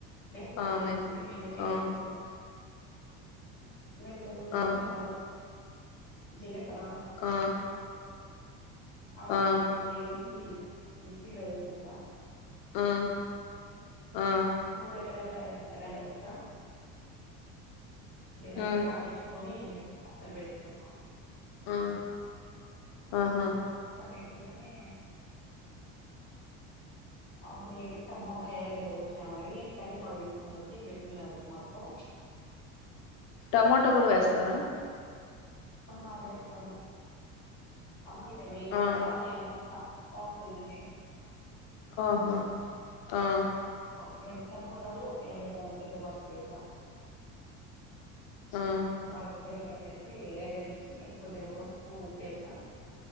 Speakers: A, on the left; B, on the left.
A: వేస్తారు
B: ఆమెన్
A: కొంతమంది మేమైతే
B: ఆ
A: వేసుకోం మెంతులు ధనియాలు
B: ఆ
A: జీలకర్ర
B: ఆ
A: ఆవాలు
B: ఆ
A: మెంతులు వేయించి మిక్సీలో వేసేసా
B: ఆ ఆ
A: తెల్లగడ్డ ఎర్రగడ్డ కూడా వేస్తా మెత్తగా
B: ఆ
A: ఆడిచ్చి కొని ఏంచి పక్కన పెట్టుకున్న
B: ఆ ఆహా
A: దాన్ని తిప్పుకొని అవు టమోటా ఎర్రగడ్డ కోసినా మరి కొనుక్కొని వచ్చి పెట్టుకున్నావు మాకు
B: టమాటా కూడా వేస్తారా
A: ఆ వేస్తాము అమ్మాయితే వేయదు అక్కడ
B: ఆ
A: నేను వేస్తా బాగుంటుంది టేస్ట్
B: ఆహా ఆ
A: ఒక టమోటాలు ఒకే ఎలిగడ్డ తిరగబాతు వేసా
B: ఆ
A: బాగా పెరుగు పట్టేసి ఎగరిచ్చి కొద్దిగా పసుపు ఉప్పేసా